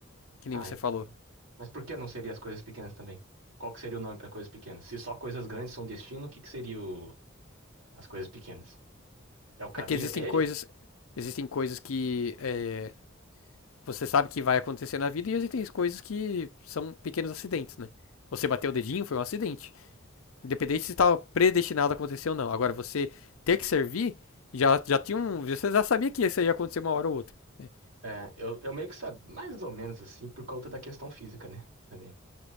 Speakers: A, on the left; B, on the right.
A: Que nem
B: Ai,
A: você falou.
B: mas por que não seria as coisas pequenas também? Qual que seria o nome pra coisas pequenas? Se só coisas grandes são destino, o que que seria o... as coisas pequenas? É o caminho
A: É que existem
B: até
A: coisas,
B: ele?
A: existem coisas que é, você sabe que vai acontecer na vida e existem coisas que são pequenos acidentes, né? Você bateu o dedinho, foi um acidente. Independente se estava predestinado a acontecer ou não. Agora, você ter que servir, já, já tinha um. Você já sabia que isso ia acontecer uma hora ou outra. né?
B: É, eu, eu meio que sabia, mais ou menos assim, por conta da questão física, né? Também.